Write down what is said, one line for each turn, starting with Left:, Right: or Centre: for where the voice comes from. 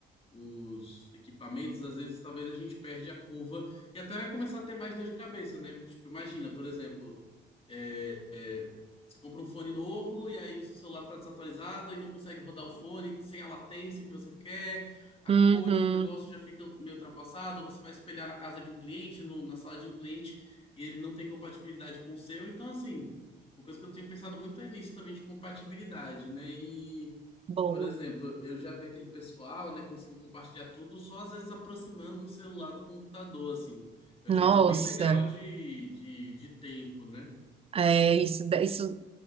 Left: os equipamentos, às vezes talvez a gente perde a curva e até vai começar a ter mais dor de cabeça, né? Tipo, imagina, por exemplo, é, é, você compra um fone novo e aí o seu celular tá desatualizado e não consegue rodar o fone sem a latência que você quer, a
Right: uhum,
Left: cor de um negócio já fica meio ultrapassada, ou você vai espelhar na casa de um cliente, no- na sala de um cliente e ele não tem compatibilidade com o seu, então assim. Uma coisa que eu tenho pensado muito é nisso também de compatibilidade, né? E,
Right: boa.
Left: por exemplo, eu já vi aquele pessoal, né, conseguir compartilhar tudo só às vezes aproximando um celular do computador, assim. Eu
Right: Nossa,
Left: achei isso bem legal de, de, de tempo, né?
Right: é, isso, dá- isso